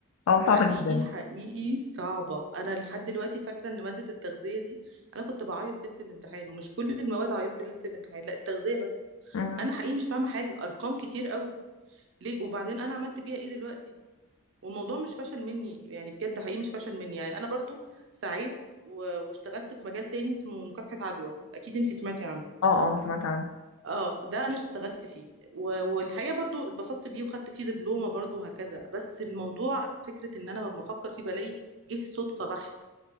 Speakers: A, on the left; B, on the right.
A: اه صعبه
B: حقيقي
A: جدا
B: حقيقي صعبة أنا لحد دلوقتي فاكرة إن مادة التغذية دي أنا كنت بعيط ليلة الامتحان ومش كل المواد عيطت ليلة الامتحان لا التغذية بس
A: مم.
B: أنا حقيقي مش فاهمة حاجة أرقام كتير قوي ليه وبعدين أنا عملت بيها إيه دلوقتي والموضوع مش فشل مني يعني بجد حقيقي مش فشل مني يعني أنا برضو سعيت و- واشتغلت في مجال تاني اسمه مكافحة عدوى أكيد أنتي سمعتي عنه
A: اه اه سمعت عنها
B: اه ده انا اشتغلت فيه و- والحقيقه برضو اتبسطت بيه وخدت فيه دبلومه برضو وهكذا بس الموضوع فكره ان انا ببقى بفكر فيه بلاقي جه صدفه بحت